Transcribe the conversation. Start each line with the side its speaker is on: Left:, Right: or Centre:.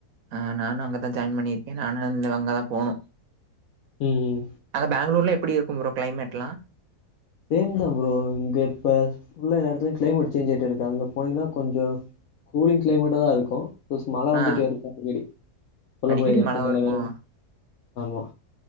Right: ஆஹ் நானு அங்கதா ஜாயின் பண்ணிருக்கே நானும் அங்க அங்கதா போணு
Left: ம்
Right: அங்க பேங்ளூர்ல எப்டி இருக்கும் ப்ரோ கிளைமேட்லா
Left: சேம்தா ப்ரோ இங்க இப்ப ஃபுல்லா எல்லா எடத்துலயு கிளைமேட் சேஞ்ச் ஆயிட்டு இருக்கு அங்க போனீங்கன்னா கொஞ்சொ கூலிங் கிளைமேட்டாதா இருக்கு போஸ் மழ வந்துட்டே
Right: ஆ
Left: இருக்கு முன்னாடி சொல்ல
Right: அடிக்கடி
Left: முடியாது எப்பொ
Right: மழை
Left: மழ
Right: வருமா?
Left: வரு ஆமா